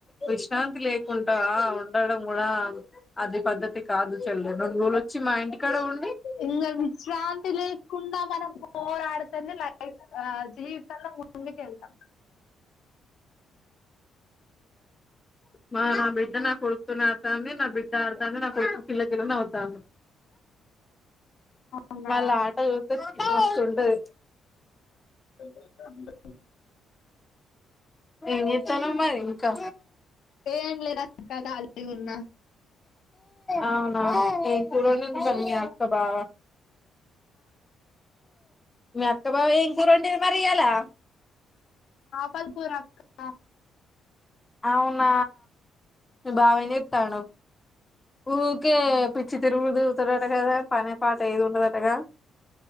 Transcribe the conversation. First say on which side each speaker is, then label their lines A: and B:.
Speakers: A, on the left (about 15°); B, on the left (about 70°).
A: విశ్రాంతి లేకుండా ఉండడం కూడా అది పద్దతి కాదు చెల్లి రెండు రోజులు వచ్చి మా ఇంటికాడ ఉం
B: ఇగ విశ్రాంతి లేేకుండా మనం పోరాడుతూ లైఫ్ జీవితంలో ఇంకా ముందుకి వెళ్తాం
A: మా నా బిడ్డ నా కొడుకుతోనే ఆడతాంది నా బిడ్డ ఆడతాంది నా కొడుకు కిల్ల కిలా నవుతాంది
B: అవునా
A: వాళ్ళ ఆట చూస్తే మస్తు ఉంటది
B: అ
A: ఏం చేస్తున్నావ్ మ్మా ఇంకా
B: ఏ ఏం లేద అక్క ఖళ్ళిగా ఉన్నా
A: అవునా ఏం కూర వండిది మీ ఆక్క బావా మీ అక్కబావ ఏం కూర వండిది మరి ఈయలా
B: పాల్ క్ రాసుకున్న
A: అవునా మీ
B: బాగుంది.
A: బావ ఎం చెత్తాడు ఊరికే పిచ్చి తిరుగు తిరుగుతడట కదా పనే పాట ఏది ఉండదటగా